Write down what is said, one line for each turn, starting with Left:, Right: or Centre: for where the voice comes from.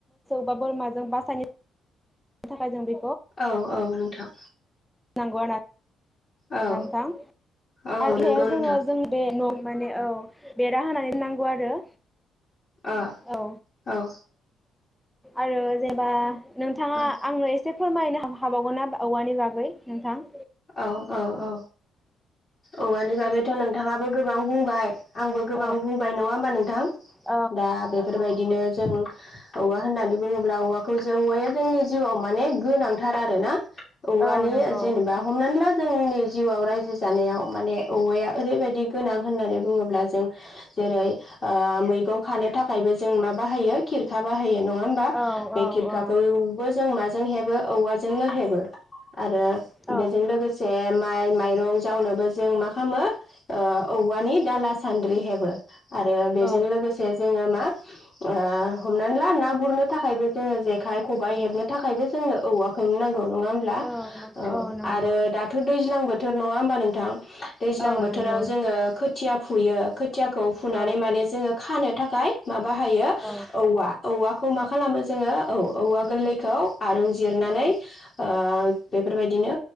Centre: बा बोरमाजों बासायनो थाखाय जों बे
Left: औ औ नोंथां
Centre: नांगौ आरना
Left: औ
Centre: नोंथां
Left: औ
Centre: आरो
Left: नंगौ
Centre: सायाव जोङो
Left: नोंथां
Centre: जों बे न' माने औ बेरा होनानै नांगौ आरो
Left: ओ
Centre: औ
Left: औ
Centre: आरो जेनबा नोंथाङा
Left: औ
Centre: आंनो ए एसे फोरमायनो हाबावगोन ना औवानि बागै नोंथां
Left: औ औ औ औवानि बागैथ' नोंथाङाबो गोबां बुंबाय आंबो गोबां
Centre: औ
Left: बुंबाय नङा होमबा नोंथां
Centre: औ
Left: दा बेफोरबायदिनो जों औवा होननानै बुङोब्ला औवाखौ जों औवाया जोंनि जिउआव माने गोनांथार आरोना औवानि
Centre: औ नोंगौ
Left: जेनेबा हमनानै ला जोंनि जिउआव रायजो जानायाव माने औवाया ओरैबायदि गोनां होननानै बुङोब्ला जों जेरै ओ मैगं खानो थाखायबो जों मा बाहायो खिरखा बाहायो नङा होमबा
Centre: औ
Left: बे
Centre: औ
Left: खिरखाखौबो
Centre: औ
Left: जों माजों हेबो औवाजोंनो हेबो आरो
Centre: औ
Left: बेजों लोगोसे मा माइ माइरं जावनोबो जों मा खालामो औवानि दाला सान्द्रि हेबो आरो बेजों
Centre: औ
Left: लोगोसे जोङो मा ओ हमनानै ला ना गुरनो थाखायबो जोङो जेखाइ खबाइ हेबनो थाखायबो जोंनो औवाखौनो नांगौ औ नङा होमब्ला
Centre: औ नंगौ
Left: ओ
Centre: औ नंगौ
Left: आरो दाथ दैज्लां बोथोर नङा होमबा नोंथां दैज्लां
Centre: औ
Left: बोथोराव
Centre: नंगौ
Left: जोङो खोथिया फुयो खोथियाखौ फुनानै
Centre: औ
Left: माने जोङो खानो थाखाय माब बाहायो
Centre: औ
Left: औवा औवाखौ मा खालामो जोङो औ औवा गोरलैखौ आरुं जिरनानै
Centre: औ
Left: बेफोरबायदिनो